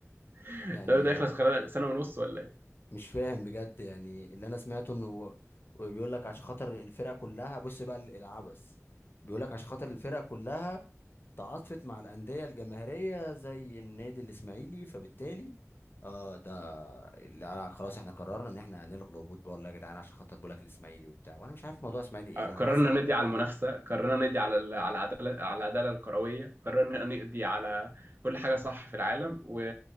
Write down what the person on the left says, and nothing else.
يعني
مش فاهم بجد يعني اللي انا سمعته انه بيقول لك عشان خاطر الفرق كلها بص بقى ال- العبث بيقول لك عشان خاطر الفرق كلها تعاطفت مع الأندية الجماهيرية زي النادي الإسماعيلي فبالتالي اه ده لا لا خلاص احنا قررنا ان احنا هنلغي الهبوط بقى والله يا جدعان عشان خاطر بقولك الإسماعيلي وبتاع وانا مش عارف موضوع إسماعيلي ايه
يعني،
انا حاسس ان